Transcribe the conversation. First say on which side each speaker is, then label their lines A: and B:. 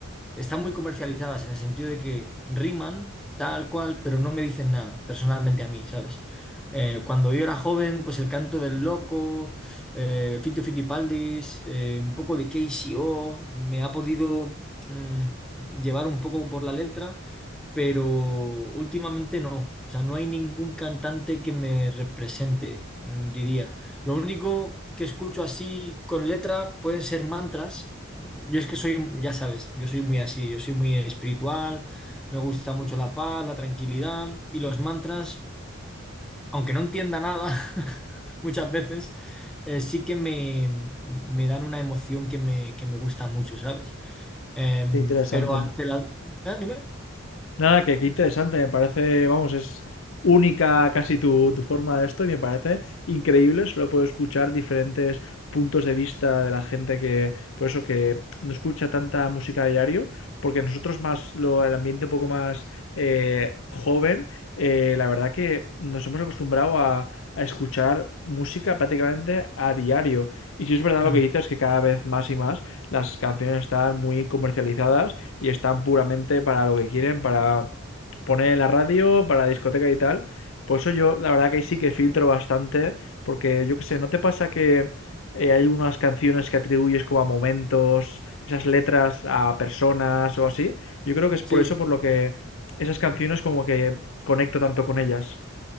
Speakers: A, in the centre; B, on the left (about 70°).
A: están muy comercializadas en el sentido de que riman tal cual, pero no me dicen nada personalmente a mí, ¿sabes? Eh, cuando yo era joven, pues el canto del loco, eh, Fito Fitipaldis, eh, un poco de K C o me ha podido mm, llevar un poco por la letra, pero últimamente no. O sea, no hay ningún cantante que me represente, mm, diría. Lo único que escucho así con letra pueden ser mantras yo es que soy, ya sabes, yo soy muy así, yo soy muy espiritual, me gusta mucho la paz, la tranquilidad y los mantras, aunque no entienda nada <laughs> muchas veces, eh, sí que me, me dan una emoción que me, que me gusta mucho, ¿sabes? Em,
B: Qué interesante.
A: pero ante la... ¿eh? Dime.
B: Nada, que qué interesante, me parece, vamos, es única casi tu, tu forma de esto y me parece increíble, solo puedo escuchar diferentes puntos de vista de la gente que, por eso que no escucha tanta música a diario, porque nosotros más, lo, el ambiente un poco más eh, joven, eh, la verdad que nos hemos acostumbrado a, a escuchar música prácticamente a diario. Y si es verdad
A: Mm.
B: lo que dices, que cada vez más y más las canciones están muy comercializadas y están puramente para lo que quieren, para poner en la radio, para la discoteca y tal. Por eso yo, la verdad que sí que filtro bastante, porque yo qué sé, ¿no te pasa que eh, hay unas canciones que atribuyes como a momentos, esas letras a personas o así? Yo creo que es por
A: Sí,
B: eso por lo que esas canciones como que conecto tanto con ellas.